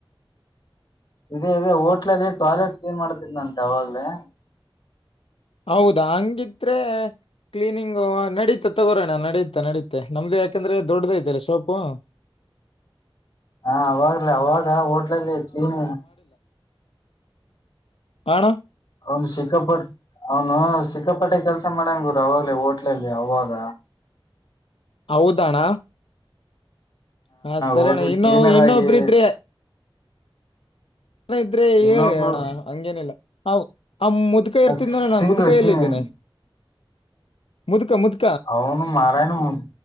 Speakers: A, on the left; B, on the left.
A: ಇದೇ ಇದೆ ಹೋಟ್ಲಲ್ಲಿ ಟಾಯ್ಲೆಟ್ ಕ್ಲೀನ್ ಮಾಡತನ್ಂತೆ ಯಾವಾಗ್ಲೇ
B: ಹೌದಾ ಹಂಗಿದ್ರೆ ಕ್ಲೀನಿಂಗ್ ನಡೀತಾ ತಗೋರೋಣ ನಡುತ್ತಾ ನಡೀುತ್ತೆ ನಮ್ದು ಯಾಕೆಂದ್ರೆ ದೊಡ್ಡದಐತೆರಿ ಸೋಪು <unintelligible>
A: ಹಾ ಅವಾಗಲ ಅವಾಗ ಹೋಟ್ಲಲ್ಲಿ ಕ್ಲೀನ್
B: ಹಣ
A: ಅವನು ಸಿಕ್ಕಪಟ್ಟ ಅವನು ಸಿಕ್ಕಾಪಟ್ಟೆ ಕೆಲ್ಸ ಮಾಡನ್ ಗುರು ಅವಾಗಲೇ ಹೋಟ್ಲಲ್ಲಿ ಅವಾಗ
B: ಹೌದಣ ಹಾ ಸರಿಣ್ಣ
A: ಹೋಟ್ಲ್
B: ಇನ್ನೊ
A: ಕ್ಲೀನರ್
B: ಇನ್ನೊಬ್ರ
A: ಆಗಿ
B: ಇದ್ರೆ ನನ ಇದ್ರೆ
A: ಇನ್ನೊಬ್ರು
B: ಹೇಳಿ ಅಣ ಹಂಗೇನಿಲ್ಲ ಹಾವು ಆ ಮುದುಕ ಇರ್ತಿದ್ದನಣ
A: ಆ ಸಿಂಗು
B: ಮುದುಕಯ
A: ಸಿಂಗ್
B: ಎಲ್ಲ ಇದ್ದೇನೆ ಮುದುಕ ಮುದುಕ
A: ಅವನು ಮಾರಾಯಣ ಮು